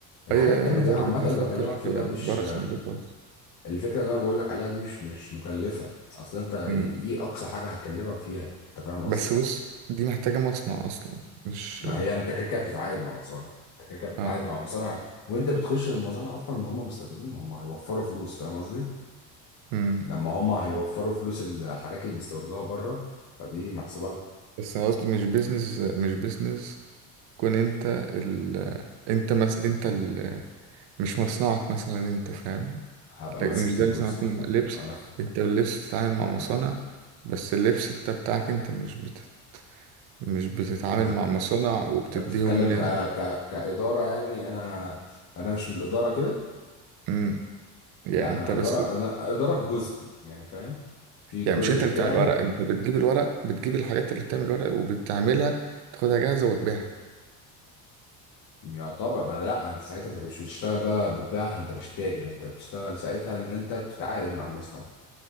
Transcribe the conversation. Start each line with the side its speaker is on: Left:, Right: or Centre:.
Left: الحاجات
Right: اي أي،
Left: التانية
Right: أنا
Left: دي
Right: بقولك
Left: عامة
Right: انت بتفكر
Left: اللي بكلمك
Right: في
Left: فيه ده مش
Right: بره الصندوق خالص
Left: الفكرة اللي انا بقول لك عليها دي مش مش مكلفة اصل انت ايه
Right: أمم.
Left: اقصى حاجة هتكلفك فيها انت فاهم
Right: بس
Left: قصدي
Right: بص دي محتاجة مصنع اصلا مش
Left: ما هي انت كده كده بتتعاقد مع مصانع انت كده كده بتتعاقد
Right: اه
Left: مع مصانع وانت بتخش المصانع اصلا ان هم مستفيدين ما هم هيوفروا فلوس فاهم قصدي
Right: أمم.
Left: لما هم هيوفروا فلوس الحاجات اللي بيستوردوها بره فدي محسوبه لهم
Right: بس انا قصدي مش بيزنس مش بيزنس كون انت ال... انت مس... انت ال... مش مصنعك مثلا انت فاهم
Left: هبقى
Right: لكن
Left: ماسك
Right: مش زي
Left: فيه
Right: مثلا
Left: جزء
Right: يكون لبس
Left: انا ف...
Right: انت اللبس بتتعامل مع مصانع بس اللبس انت بتاعك انت مش بت... مش بتتعامل
Left: انت انت
Right: مع مصانع وبتديهم
Left: بتتكلم
Right: نسبة
Left: ك... ك... كاداره يعني انا انا مش من الاداره كده
Right: أمم. يعني
Left: لا
Right: انت
Left: انا
Right: بس
Left: اداره انا اداره في جزء يعني فاهم في الجزء
Right: يعني مش انت
Left: بتاعي
Right: اللي بتعمل الورق انت بتجيب الورق بتجيب الحاجات اللي بتعمل الورق وبتعملها تاخدها جاهزة وتبيعها
Left: يعتبر ما لا انت ساعتها انت مش بتشتغل بقى بتبيعها انت مش تاجر انت بتشتغل ساعتها ان انت بتتعاقد مع المصنع